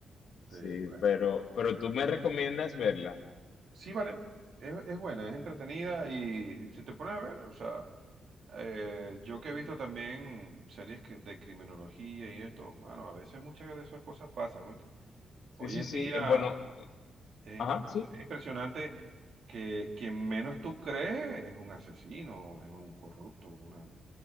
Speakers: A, on the left; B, on the right.
A: Sí,
B: Sí, bueno.
A: pero, pero tú me recomiendas verla.
B: Sí, vale, es, es buena, es entretenida y si te pones a ver, o sea, eh, yo que he visto también series que- de criminología y esto, mano, a veces muchas de esas cosas pasan, ¿oíste?
A: Sí,
B: Hoy
A: sí,
B: en
A: sí.
B: día
A: Eh, Bueno,
B: es,
A: ajá,
B: impresi-
A: sí.
B: es impresionante que quien menos tú crees es un asesino, es un corrupto, una,